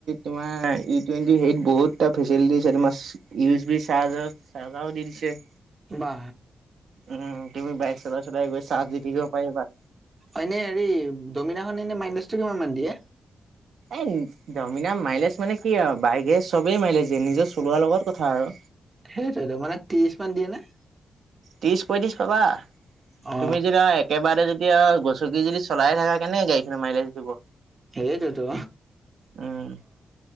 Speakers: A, on the right; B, on the right.
A: তোমাৰ, ই টুৱেণ্টি হেৰিত বহুত এটা ফেচিলিটি তোমাৰ ইউ এজ বি চাৰ্জাৰ চাৰ্জাও দি দিছে।
B: বা।
A: উম, তুমি বাইক চলাই, চলাই গৈ চাৰ্জ দি থাকিব পাৰিবা।
B: এনেই হেৰি, ডমিনাৰখন এনে মাইলেছটো কিমান মান দিয়ে।
A: এই ডমিনাৰ মাইলেজ মানে কি আৰু, বাইগে চবেই মাইলেজ দিয়ে, নিজৰ চলোৱাৰ লগত কথা আৰু।
B: সেইটোৱেটো, মানে ত্ৰিশ মান দিয়ে নে?
A: ত্ৰিছ পঁইত্ৰিছ পাবা।
B: অ
A: তুমি যেতিয়া একেবাৰে যদি, গচকি যদি চলাই থাকা, কেনেকে গাড়ীখনে মাইলেছ দিব।
B: সেইটোৱেটো।
A: উম